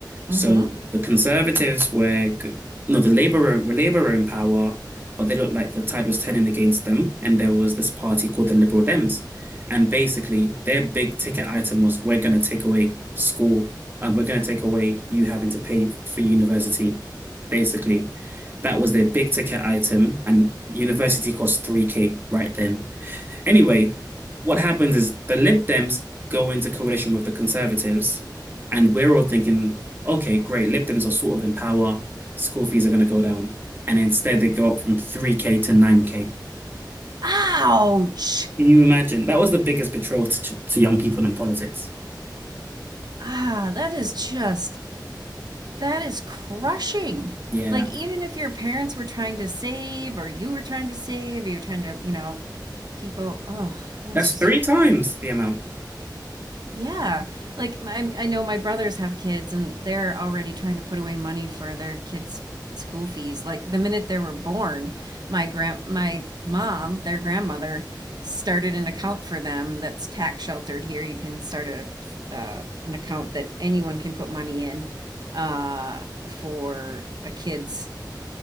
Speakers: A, on the right (about 30°); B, on the right (about 65°).
A: So
B: Mm-hmm.
A: the Conservatives were, g- no, the Labour were, were Labour were in power, but they looked like the tide was turning against them. And there was this party called the Liberal Dems. And basically, their big ticket item was we're going to take away school and we're going to take away you having to pay for university, basically. That was their big ticket item. And university cost 3K right then. Anyway, what happens is the Lib Dems go into coalition with the Conservatives, and we're all thinking, okay, great, Lib Dems are sort of in power, school fees are going to go down. And instead, they go up from 3K to 9K.
B: Ouch.
A: Can you imagine? That was the biggest betrayal to, to young people in politics.
B: Ah, that is just That is crushing.
A: Yeah.
B: Like, even if your parents were trying to save, or you were trying to save, you are trying to, you know, people, oh, that's
A: That's three
B: just
A: times the amount.
B: yeah. Like my, I know my brothers have kids and they're already trying to put away money for their kids' school fees. Like the minute they were born, my grand my mom, their grandmother, started an account for them that's tax sheltered here. You can start a uh, an account that anyone can put money in uh for a kid's